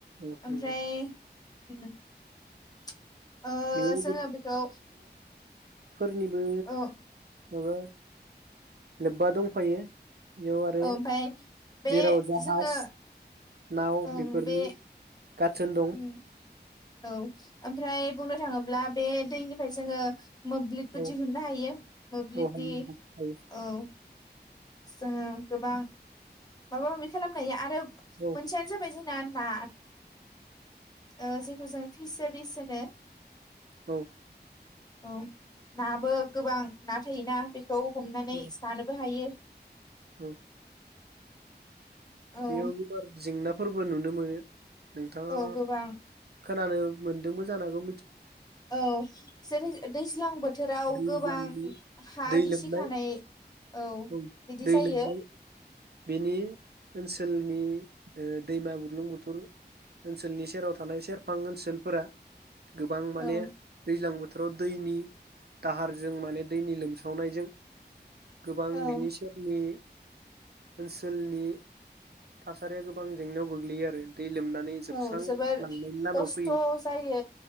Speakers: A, on the right (about 65°); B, on the left (about 20°).
A: औ
B: ओमफ्राय
A: नंगौ
B: उ <inaudible> ओ
A: बेयाव
B: जोङो बेखौ
A: फोरनिबो
B: ओ
A: माबा लोब्बा दंफायो। बेयाव आरो
B: ओमफाय बे
A: जेराव जाहाज
B: जोङो
A: नाव
B: ओं
A: बेफोरनि
B: बे
A: गाथोन दं
B: उम औ ओमफ्राय बुंनो थाङोब्ला बे दैनिफ्राय जोङो मोब्लिबबो
A: औ
B: दिहुननो हायो मोब्लिबनि
A: औ हायो हायो
B: औ जोङो गोबां माबा माबि खालामनो हायो आरो मोनसेयानो
A: औ
B: जाबाय जोंनि <unintelligible> ओ जेखौ जों फिसारिस होनो
A: औ
B: औ नाबो गोबां ना थायोना बे खौ हमनानै
A: औ
B: जानोबो हायो
A: औ
B: औ
A: बियाव गोबां जेंना फोरबो नुनो मोनो नोंथाङा
B: औ गोबां
A: खोनानो मोनदोंबो जानांगौ
B: औ जेरै दैज्लां बोथोराव
A: दैज्लांनि
B: गोबां हा
A: दै
B: गिसि
A: लोमनाय
B: खानाय औ
A: औ
B: बि दि
A: दै
B: जायो।
A: लोमनाय बेनि ओनसोलनि ओ दैमा बुरलुंबुथुर ओनसोलनि सेराव थानाय सेरफां ओनसोलफोरा गोबां माने
B: औ
A: दैज्लां बो थोराव दैनि दाहारजों माने दैनि लोमसावनायजों गोबां
B: औ
A: बिनि नि ओनसोलनि थासारिया गोबां जेंनायाव गोग्लैयो आरो दै लोमनानै जोबस्रां
B: औ जोबोर
A: लांनायनि लामायाव
B: खस्थ'
A: फैयो
B: जायो